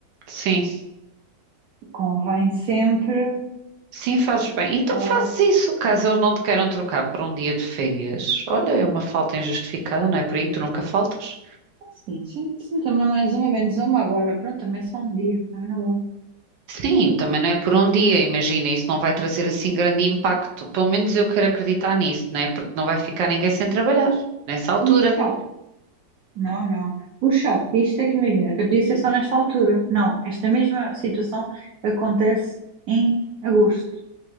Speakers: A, on the right; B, on the right.
A: Sim,
B: Convém sempre.
A: sim, fazes bem. Então
B: ah,
A: fazes isso, caso eles não te queiram trocar para um dia de férias. Olha, é uma falta injustificada, não é por aí? Tu nunca faltas?
B: Sim, sim, sim, também é mais uma, menos uma agora. Pronto, também é só um dia. Também não vou.
A: Sim, também não é por um dia, imagina, isso não vai trazer assim grande impacto. Pelo menos eu quero acreditar nisso, né? Porque não vai ficar ninguém sem trabalhar nessa altura.
B: O chato. Não, não. O chato disto é que imagina, até podia ser só nesta altura. Não, esta mesma situação acontece em agosto.